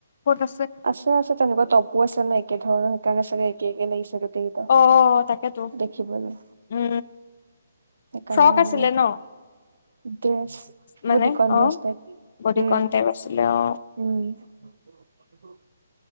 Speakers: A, on the left; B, on the right.
A: ক'ত আছে।
B: আছে তেনেকুৱা তপো আছে নে একে ধৰণৰ, সেইকাৰণে ছাগে একে একে লাগিছে। গোটেইকেইটা
A: অ তাকেতো।
B: দেখিবলৈ
A: উম।
B: সেইকাৰণে
A: ফ্ৰক
B: অহা
A: আছিলে
B: নাই
A: ন?
B: ড্ৰেছ, বহুত
A: মানে
B: দীঘল
A: অ
B: ড্ৰেছ টাইপ।
A: বডি
B: উম
A: কন টাইপ আছিলে অ
B: উম।